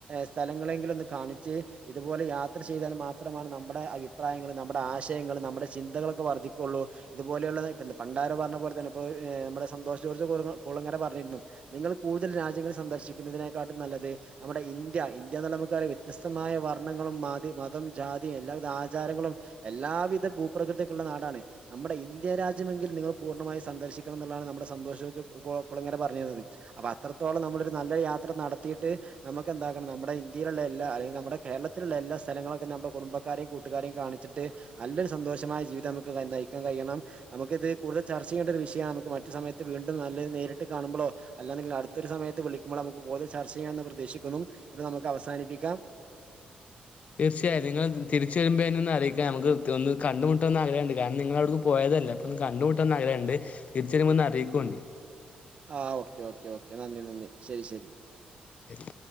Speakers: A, on the right; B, on the left.
A: സ്ഥലങ്ങളെങ്കിലൊന്ന് കാണിച്ച് ഇതുപോലെ യാത്ര ചെയ്താൽ മാത്രമാണ് നമ്മുടെ അഭിപ്രായങ്ങൾ നമ്മുടെ ആശ വിഷയങ്ങളങ നമ്മുടെ ചിന്തകളൊക്കെ വർദ്ധിക്കുള്ളൂ ഇതുപോലുള്ള പണ്ടാരോ പറഞ്ഞ പോലെ തന്നെ നമ്മുടെ സന്തോഷ ളങ്ങര പറഞ്ഞിരുന്നു നിങ്ങൾ കൂടുതൽ രാജ്യങ്ങൾ സന്ദർശിക്കുന്നതിനെക്കാട്ടും നല്ലത് നമ്മുടെ ഇന്ത്യ ഇന്ത്യന്നുള്ള നമുക്കറിയാം വ്യത്യസ്തമായ വർണ്ണങ്ങളും മതി മതം ജാതിയും എല്ലാവിധ ആചാരങ്ങളും എല്ലാവിധ ഭൂപ്രകൃതിയൊക്കെള്ള നാടാണ് നമ്മുടെ ഇന്ത്യ രാജ്യമെങ്കിൽ നിങ്ങൾ പൂർണ്ണമായും സന്ദർശിക്കണം എന്നുള്ളതാണ് നമ്മുടെ സന്തോഷിച്ച കുളങ്ങനെ പറഞ്ഞിരുന്നത് അപ്പൊ അത്രത്തോളം നമ്മളൊരു നല്ല യാത്ര നടത്തിയിട്ട് നമുക്കെന്താ ണം നമ്മുടെ ഇന്ത്യയിലുള്ള എല്ലാ അല്ലെ നമ്മുടെ കേരളത്തിലുള്ള എല്ലാ സ്ഥലങ്ങളൊക്കെ നമ്മുടെ കുടുംബാരെം കൂട്ടുകാരെയും കാണിച്ചിട്ട് നല്ലൊരു സന്തോഷമായ ജീവിതം നമുക്ക് നയിക്കാൻ കഴിയണം നമുക്കിത് കൂടുതൽ ചർച്ച ചെയ്യേണ്ട ഒരു വിഷയമാണ് നമക്ക് മറ്റു സമയത്ത് വീണ്ടും നല്ലത് നേട്ട് കാണുമ്പളോ അല്ലെങ്കിൽ അടുത്തൊരു സമയത്ത് വിളിക്ക്പോ നമു കൂടുതൽ ചർച്ച ചെയ്യാമെന്ന് പ്രതീക്ഷിക്കുന്നു ഇപ്പൊ നമുക്ക് അവസാനിപ്പിക്കാം.
B: തീർച്ചയായും നിങ്ങ തിരിച്ച് വരുമ്പോൾ എന്നെ ഒന്ന് അറിയിക്കാം നമുക്ക് ഒന്ന് കണ്ടുമുട്ടോന്ന് ആഗ്രഹുണ്ട് കാരണം നിങ്ങൾ അവിടുന്ന് പോയാൽ ല്ല അപ്പൊ ഒന്ന് കണ്ട് കൂട്ടന്ന് ആഗഹണ്ട് തിരിച്ച് വരുമ്പോ ഒന്ന് അറിയിക്കേണ്ടു
A: ആഹ് ഓക്കെ ഓക്കെ ഓക്കെ നന്ദി നന്ദി ശരി ശരി
B: ശരി